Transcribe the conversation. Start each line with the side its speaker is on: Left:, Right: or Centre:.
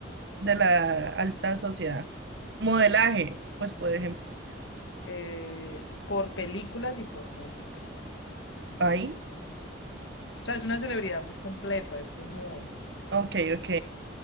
Right: de la alta sociedad. Modelaje, pues por ejemplo.
Left: Eh, por películas y por música. O
Right: Ahí.
Left: sea, es una celebridad muy completa, es como...
Right: Ok, ok.